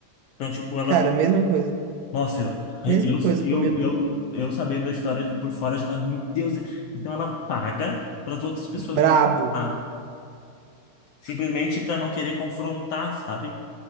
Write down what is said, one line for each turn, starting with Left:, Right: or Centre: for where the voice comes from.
Left: Então, tipo, ela.
Right: Cara, mesma coisa.
Left: Nossa, eu,
Right: Mesma
Left: eu,
Right: coisa
Left: eu,
Right: com a minha mãe.
Left: eu, eu sabendo a história de por fora, eu já tava, meu Deus. Então ela paga para as outras pessoas
Right: Brabo,
Left: morarem lá, simplesmente para não querer confrontar, sabe?